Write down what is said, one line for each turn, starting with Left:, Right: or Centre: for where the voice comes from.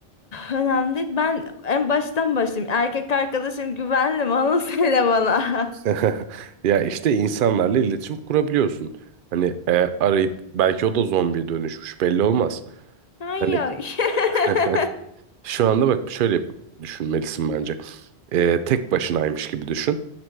Left: önemli değil. Ben en baştan başlayayım. Erkek arkadaşım güvenli mi? Onu söyle bana.
Right: <laughs> Ya işte insanlarla iletişim kurabiliyorsun. Hani e, arayıp belki o da zombiye dönüşmüş belli olmaz.
Left: <laughs> Hayır.
Right: Hani
Left: <laughs>
Right: <laughs> Şu anda bak şöyle yap- düşünmelisin bence. Ee, tek başınaymış gibi düşün.